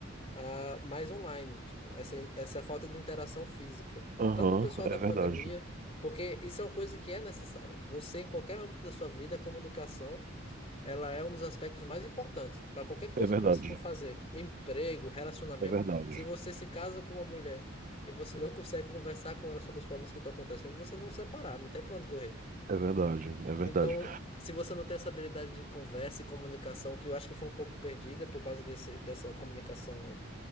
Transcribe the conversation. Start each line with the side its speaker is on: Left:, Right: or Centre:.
Left: ah, mais online, tipo, essa, essa falta de interação física.
Right: Aham,
Left: Tanto o pessoal
Right: é
Left: da
Right: verdade.
Left: pandemia, porque isso é uma coisa que é necessária. Você, em qualquer âmbito da sua vida, a comunicação, ela é um dos aspectos mais importantes para qualquer coisa
Right: É verdade.
Left: que você for fazer. Emprego, relacionamento.
Right: É verdade.
Left: Se você se casa com uma mulher e você <laughs> não consegue conversar com ela sobre os problemas que estão acontecendo, vocês vão separar, não tem pra onde correr.
Right: É verdade, é verdade.
Left: Então, se você não tem essa habilidade de conversa e comunicação, que eu acho que foi um pouco perdida por causa desse, dessa comunicação